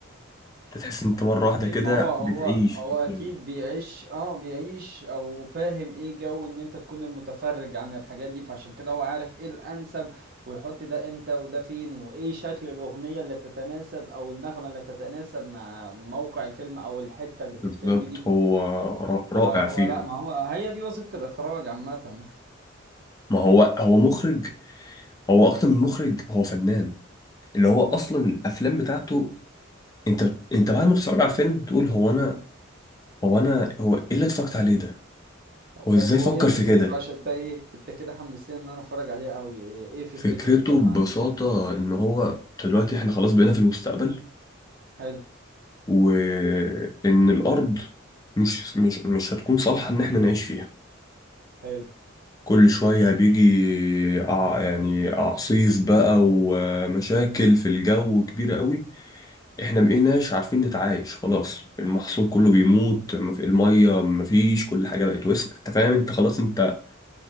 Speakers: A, on the left; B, on the right.
A: انت تحس إن انت مرة
B: اكيد
A: واحدة كده
B: ما هو هو
A: بتعيش
B: هو
A: في الفيلم
B: اكيد بيعيش اه بيعيش او فاهم ايه جو ان انت تكون المتفرج عن الحاجات دي فعشان كده هو عارف ايه الانسب ويحط ده امتى وده فين وايه شكل الاغنية اللي تتناسب او النغمة اللي تتناسب مع موقع الفيلم او الحتة اللي
A: بالظبط
B: في الفيلم دي
A: هو را- رائع
B: فهو
A: فيها
B: لا ما هو هي دي وظيفة الاخراج عامة
A: ما هو هو مخرج هو أكتر من مخرج هو فنان اللي هو أصلا الأفلام بتاعته انت بت- انت بعد ما تتفرج على الفيلم تقول هو أنا هو أنا هو إيه اللي اتفرجت عليه ده هو
B: طب
A: إزاي
B: هو
A: فكر
B: ايه فكرته
A: في كده
B: عشان انت ايه انت كده حمستني ان انا اتفرج عليه قوي ايه إيه فكرته
A: فكرته
B: بيتكلم
A: ببساطة
B: عن ايه
A: إن هو دلوقتي إحنا خلاص بقينا في المستقبل
B: حلو
A: وإن الأرض مش مش مش هتكون صالحة إن إحنا نعيش فيها
B: حلو
A: كل شوية بيجي أع- يعني أعصيف بقى ومشاكل في الجو كبيرة قوي إحنا مبقيناش عارفين نتعايش خلاص المحصول كله بيموت مف- المية مفيش كل حاجة بقت وسخ أنت فاهم أنت خلاص أنت